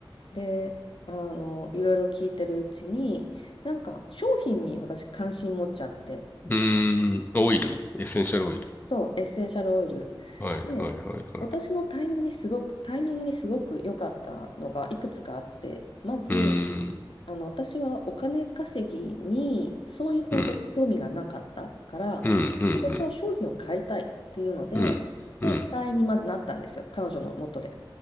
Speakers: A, on the left; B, on the left.
A: で、あの、いろいろ聞いてるうちに、なんか商品に私関心持っちゃって。
B: うん、オイル、エッセンシャルオイル。
A: そう、エッセンシャルオイル。
B: はい、
A: で、
B: はい、はい、はい。
A: 私のタイムにすごく、タイミングにすごく良かったのがいくつかあって、まず、
B: うん、
A: あの、私はお金稼ぎにそういう方法で興味がなかったから、
B: うん、うん、うん、
A: 私は商品を買いたいっていうので、
B: うん、
A: で、
B: うん、うん、
A: 会員にまずなったんですよ、彼女の元で。